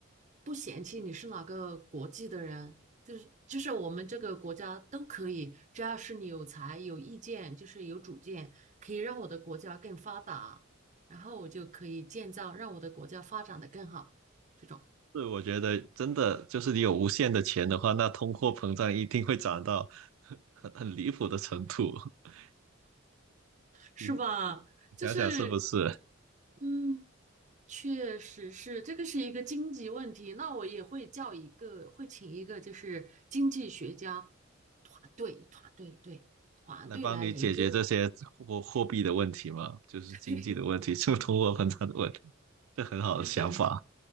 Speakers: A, on the right; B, on the right.
A: 不嫌弃你是哪个国际的人，就是就是我们这个国家都可以，只要是你有才、有意见，就是有主见，可以让我的国家更发达。然后我就可以建造让我的国家发展的更好，这种
B: 是，我觉得真的就是你有无限的钱的话，那通货膨胀一定会涨到很很很离谱的程度。<laughs>
A: 是吧？
B: 你你想想是不是？
A: 就是嗯，确实是这个是一个经济问题。那我也会叫一个，会请一个就是经济学家团队，团队对团队来研究。
B: 来帮你解决这些货货币的问题嘛，就是经济的问题，
A: <laughs> 对，
B: 就通货膨胀的问题，这很好的想法。
A: 是的，